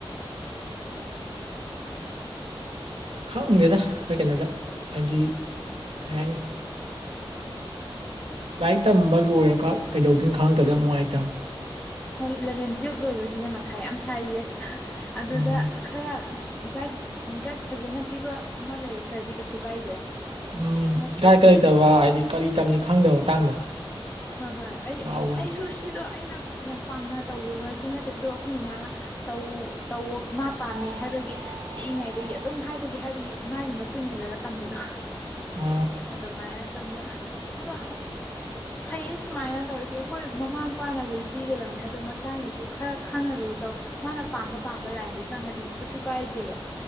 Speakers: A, on the right (about 80°); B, on the left (about 15°).
A: ꯈꯪꯗꯦꯗ ꯑꯩꯈꯣꯏ ꯀꯩꯅꯣꯗ ꯍꯥꯏꯗꯤ ꯀꯩ ꯍꯥꯏꯅꯤ ꯂꯥꯏꯔꯤꯛ ꯇꯝꯕ ꯂꯣꯏꯔꯒ ꯀꯩꯗꯧꯗꯣꯏꯣ ꯈꯪꯉꯛꯇꯕꯗ ꯌꯥꯝ ꯅꯨꯡꯉꯥꯏꯇꯕ
B: ꯍꯣꯏ ꯏꯂꯚꯦꯟ ꯇꯨꯌꯦꯦꯜꯕ ꯂꯣꯏꯕꯁꯤꯅꯦ ꯃꯊꯥꯏ ꯌꯥꯝ ꯁꯥꯏꯁꯦ ꯑꯗꯨꯗ
A: ꯎꯝ
B: ꯈꯔ ꯒꯥꯏꯗ ꯒꯥꯏꯗ ꯐꯖꯅ ꯄꯤꯕ ꯑꯃ ꯂꯩ ꯈꯔꯗꯤ ꯀꯩꯁꯨ ꯀꯥꯏꯗ꯭ꯔꯦ
A: ꯎꯝ
B: ꯅꯠꯇ꯭ꯔꯗꯤ
A: ꯒꯥꯏꯀ ꯂꯩꯇꯕ ꯍꯥꯏꯗꯤ ꯀꯔꯤ ꯆꯝꯅꯤ ꯈꯪꯗꯕ ꯃꯇꯥꯡꯗꯣ
B: ꯍꯣꯏ ꯍꯣꯏ ꯑꯩ
A: ꯉꯥꯎꯕꯅꯤ
B: ꯑꯩꯁꯨ ꯁꯤꯗꯣ ꯑꯩꯅ ꯌꯥꯝ ꯄꯥꯝꯅ ꯇꯧꯕ ꯅꯛꯇꯤ ꯅꯠꯇꯦ ꯑꯗꯣ ꯑꯩꯈꯣꯏ ꯃꯃꯥꯅ ꯧ ꯇꯧꯋꯣ ꯃꯥ ꯄꯥꯝꯃꯦ ꯍꯥꯏꯕꯒꯤ ꯄꯤꯛꯏꯉꯩꯗꯒꯤ ꯑꯗꯨꯝ ꯍꯥꯏꯕꯒꯤ ꯍꯥꯏꯕꯒꯤ ꯃꯥꯒꯤ ꯃꯇꯨꯡ ꯏꯜꯂꯒ ꯇꯝꯕꯗꯣ
A: ꯑ
B: ꯑꯗꯨꯃꯥꯏꯅ ꯇꯝꯕ ꯑꯗꯣ ꯐꯩꯌꯦ ꯁꯨꯃꯥꯏꯅ ꯇꯧꯔꯤꯁ ꯍꯣꯏ ꯃꯃꯥ ꯃꯄꯥꯅꯕꯨꯗꯤ ꯄꯤꯒꯗꯕꯅꯦ ꯑꯗꯨ ꯃꯆꯥꯒꯤꯁꯨ ꯈꯔ ꯈꯪꯉꯒꯕꯨ ꯇꯧꯋꯤ ꯃꯥꯅ ꯄꯥꯝꯕ ꯄꯥꯝꯕ ꯂꯥꯏꯟꯗ ꯆꯪꯉꯗꯤ ꯀꯩꯁꯨ ꯀꯥꯏꯔꯨꯗꯦꯕ